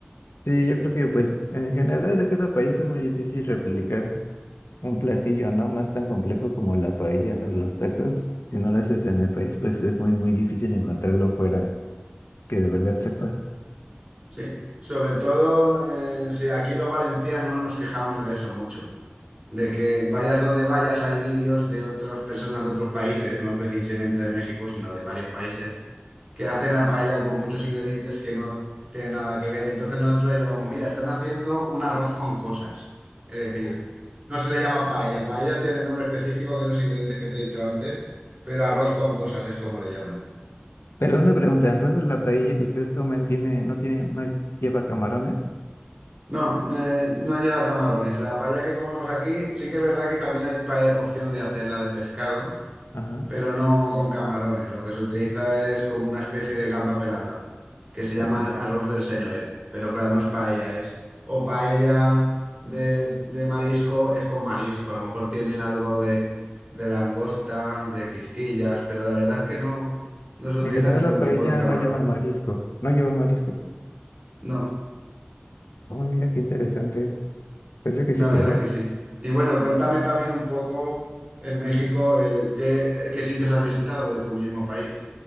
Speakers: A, on the left; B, on the right.
A: Sí, yo creo que pues en general de cada país es muy difícil replicar un platillo, ¿no? Más tan complejo como la paella o los tacos. Si no lo haces en el país, pues es muy, muy difícil encontrarlo fuera que de verdad sepa.
B: Sí, sobre todo, eh, sí, aquí los valencianos nos quejamos de eso mucho, de que vayas donde vayas hay vídeos de otras personas de otros países, no precisamente de México, sino de varios países, que hacen la paella con muchos ingredientes que no tienen nada que ver. Y entonces nosotros le llamamos, mira, están haciendo un arroz con cosas. Es decir, no se le llama paella, paella tiene el nombre específico que los ingredientes que te he dicho antes, pero arroz con cosas es como le llaman.
A: Pero una pregunta, entonces la paella que ustedes comen tiene, no tiene, no lleva camarones?
B: No, eh, no lleva camarones. La paella que comemos aquí, sí que es verdad que también hay pae- opción de hacerla de pescado,
A: Ajá,
B: pero no con camarones. Lo que se utiliza es como una especie de gamba pelada, que se llama
A: ok.
B: el arroz del señoret. Pero claro, no es paella, es o paella de, de marisco, es con marisco. A lo mejor tiene algo de, de langosta, de quisquillas, pero la verdad es que no, no se utiliza
A: En general
B: ningún
A: la paella
B: tipo de camarón.
A: no lleva marisco, no lleva marisco.
B: No.
A: Oh, mira qué interesante. Pensé que
B: La
A: sí
B: verdad
A: llevó.
B: es que sí. Y bueno, cuéntame también un poco en México, eh, ¿qué, qué sitios has visitado de tu mismo país?